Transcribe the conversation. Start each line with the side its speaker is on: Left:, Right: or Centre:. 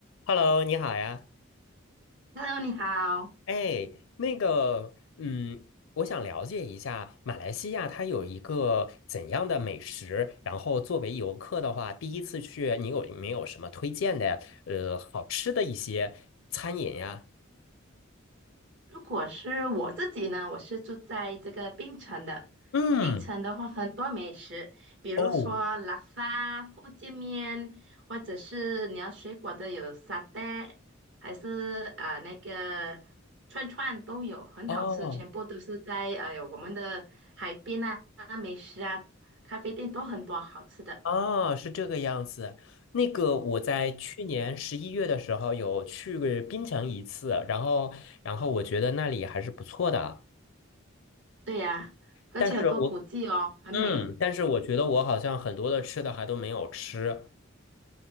Left: Hello，你好呀。
Right: Hello，你好。
Left: 哎，那个，嗯，我想了解一下马来西亚它有一个怎样的美食，然后作为游客的话，第一次去，你有没有什么推荐的，呃，好吃的一些餐饮呀？
Right: 如果是我自己呢，我是住在这个槟城的。
Left: 嗯，
Right: 槟城的话，很多美食，比如说拉沙、
Left: 哦，
Right: 福建面，或者是你要水果的有沙爹，还是呃那个串串都有，很好吃，
Left: 哦，
Right: 全部都是在呃有我们的海边啊、美食啊、咖啡店都很多好吃的。
Left: 哦，是这个样子。那个我在去年十一月的时候有去过槟城一次，然后，然后我觉得那里还是不错的。
Right: 对呀、而且很多古迹哦，
Left: 但是我
Right: 很美。
Left: 嗯，但是我觉得我好像很多的吃的还都没有吃。